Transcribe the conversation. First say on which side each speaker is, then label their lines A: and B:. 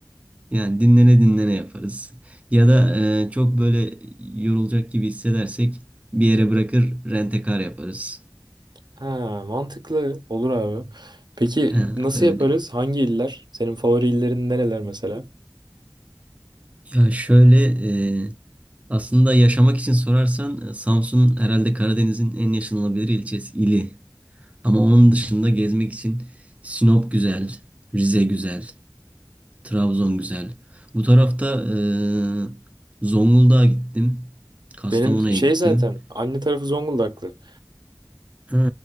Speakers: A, on the right; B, on the right.
A: Yani dinlene dinlene yaparız. Ya da e, çok böyle yorulacak gibi hissedersek bir yere bırakır rent yaparız.
B: Ha mantıklı olur abi. Peki
A: Ha,
B: nasıl
A: öyle.
B: yaparız? Hangi iller? Senin favori illerin nereler mesela?
A: Ya şöyle e, aslında yaşamak için sorarsan e, Samsun herhalde Karadeniz'in en yaşanılabilir ilçesi, ili. Ama onun dışında gezmek için Sinop güzel, Rize güzel, Trabzon güzel. Bu tarafta e, Zonguldak'a gittim, Kastamonu'ya
B: Benim şey
A: gittim.
B: zaten anne tarafı Zonguldaklı.
A: Ha,